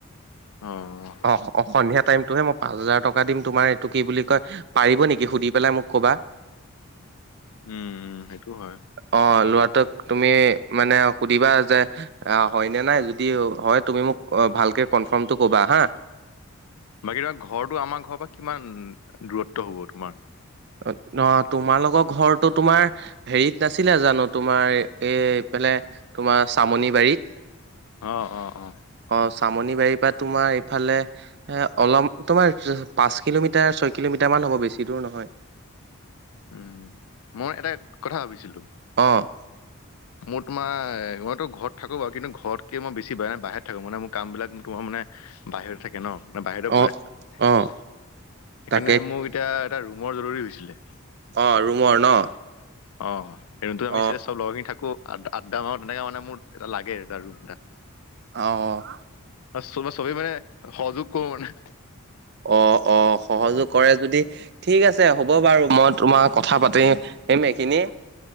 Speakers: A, on the left; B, on the right.
A: উম
B: অ অ সন্ধিয়া টাইমতটোহে মই পাঁচ হাজাৰ টকা দিম তোমাৰ এইটো কি বুলি কয় পাৰিব নেকি সুধি পেলাই মোক ক'বা
A: উম উম সেইটো হয়
B: অ লৰাটোক তুমি মানে সুধিবা যে অ হয়নে নাই যদি হয় তুমি মোক ভালকে কনফাৰ্মটো ক'বা হা
A: বাকী ধৰা ঘৰটো আমাৰ ঘৰৰ পৰা কিমান দূৰত্ব হব তোমাৰ
B: অ অ তোমালোকৰ ঘৰত তো তোমাৰ হেৰিত নাছিলে জানো তোমাৰ এইফালে তোমাৰ চামনি বাৰীত
A: অ' অ' অ'।
B: অ', চামনি বাৰীৰ তোমাৰ এইফালে এ' অলপ তোমাৰ পাঁচ কিলোমিটাৰ ছয় কিলোমিটাৰ মান হ'ব বেছি দূৰ নহয়।
A: উম, মই এটা কথা ভাবিছিলো।
B: অ'।
A: মোৰ তোমাৰ মইতো ঘৰত থাকো বাৰু কিন্তু ঘৰতকে মই বেছি ব নাই বাহিৰত থাকো মান মোৰ কাম বিিলাক ম তোমাৰ ম মানে বাহিৰত থাকে ন। বাহিৰ
B: অ',
A: পৰে
B: অ',
A: সেইকাৰণে
B: তাকে
A: মোক এতিয়া এটা ৰুমৰ জৰুৰী হৈছিলে।
B: অ' ৰুমৰ ন?
A: অ' এই ৰুণটো আমি
B: অ',
A: চব লগৰখিনি থাকো। আ- আদড মাহত তেনেকে মানে মোৰ এটা লাগে আৰুটা ৰুম এটা <inaudible>
B: অঁ।
A: াৰ চবেই মানে সযোগ কৰো মানে <inaudible>
B: অঁ অঁ। সহযোগ কৰে যদি ঠিক আছে হ'ব বাৰু মই তোমাক কথা পাতিম এইখিনি